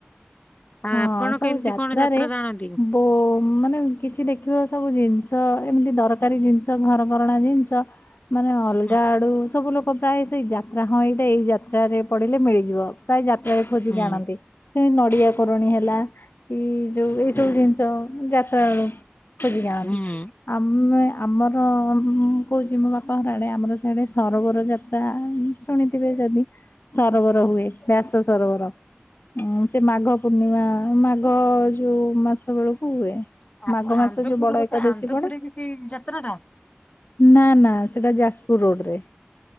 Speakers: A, on the left (about 35°); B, on the left (about 60°).
A: ଆଉ
B: ହଁ
A: ଆପଣ
B: ସବୁ
A: କେମିତି
B: ଯାତ୍ରାରେ
A: କଣ ଆଣନ୍ତି?
B: ହୁଁ ଓ ମାନେ କିଛି ଦେଖିବ ସବୁ ଜିନିଷ ଏମିତି ଦରକାରୀ ଜିନିଷ ଘରକରଣା ଜିନିଷ ମାନେ ଅଲଗା
A: ହୁଁ
B: ଆଡୁ ସବୁ ଲୋକ ଲୋକ ପ୍ରାୟ ସେଇ ଯାତ୍ରା ହଁ ଏଇଟା ଏଇ ଯାତ୍ରାରେ ପଡିଲେ ମିଳିଯିବ ପ୍ରାୟ ଯା ଖୋଜିକି
A: ହୁଁ
B: ଆଣନ୍ତି ସେ ନଡିଆ ଏ ଯୋଉ ଏଇ ସବୁ ଜିନିଷ ଯାତ୍ରା ବେଳୁ ସେ ବି ଜାନ୍ତି
A: ହୁଁ।
B: ଆମେ ଆମର କହୁଛି ମୋ ବାପା ଘରଆଡ଼େ ଆମର ସେଆଡ଼େ ସରୋବରଯାତ୍ରା ଶୁଣିଥିବେ ଯଦି ସରୋବର
A: ହଁ
B: ହୁଏ ବ୍ୟାସ ସରୋବର ହଁ ସେ ମାଘ ପୂର୍ଣ୍ଣିମା ମାଘ ଯୋଉ ମାସ ବେଳକୁ ହୁଏ।
A: ଆପଣ
B: ମାଘ ମାସ
A: ଆନ୍ଦପୁର
B: ଯୋଉ ବଡ
A: ଗ
B: ଏକାଦଶୀ
A: ତ ଆନ୍ଦପୁରରେ
B: ପଡେ
A: କି ସେଇ ଯାତ୍ରାଟା
B: ନା ନା ସେଟା ଯାଜପୁର ରୋଡରେ